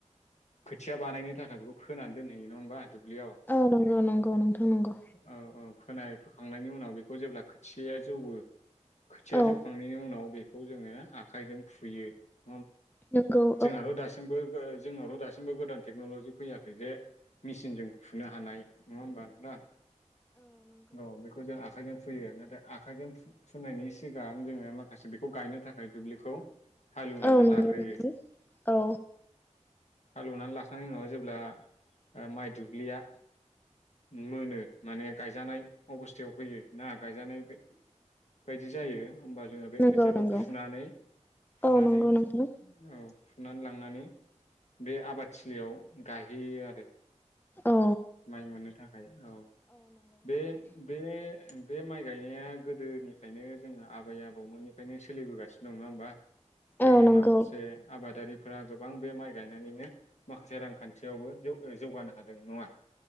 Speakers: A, on the left; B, on the left.
A: खोथिया बानायनो थाखाय बेखौ फोनानै दोनहैयो नङा होमबा दुब्लियाव
B: औ नंगौ नंगौ नोंथां नंगौ
A: औ औ फोनाय फोखांनायनि उनाव बेखौ जेब्ला खोथियया जौवबो खोथिया
B: औ
A: जौखांनायनि उनाव बे खौ जोङो आखाइजों फुयो
B: नोंगौ
A: जोंहा थ दासिमबो ओ जों जोंनावथ' दासिमबो गोदान टेक्न'लजि फैयाखै जे मेचनजों फुनो हानाय नङा होमबा नां औ बेखौ जों आखाइजों फुयो नाथाय आखाइजों फुनायनि सिगां जोङो माखासे बेखौ गायनो थाखाय दुब्लिखौ हालेवनानै
B: औ नंगौ
A: लाग्रोयो
B: नोंथां औ
A: हालेवनानै लाखांनायनि उनाव जेब्ला ओ माइ दुब्लिया मोनो माने गायजानाय अबस्थायाव फैयो ना गायजानाय बायदि जायो होमबा जोङो बे
B: नंगौ
A: खोथियाखौ
B: नंगौ
A: फुनानै फुनानै
B: औ नंगौ नोंथां
A: औ फुनानै लांनानै बे आबादथिलियाव गायहैयो आरो
B: औ
A: माइ मोननो थाखाय औ बे बे बे माइ गायनाया गोदोनिफ्रायनो जोंङो आबै आबौमोननिफ्रायनो सोलिबोगासिनो दं नङा होमबा। जोंनि
B: औ नंगौ
A: माखासे आबादारि फोरा गोबां बे माइ गायनानैनो माखासे रांखान्थियावबो जौ जौगानो हादों नङा।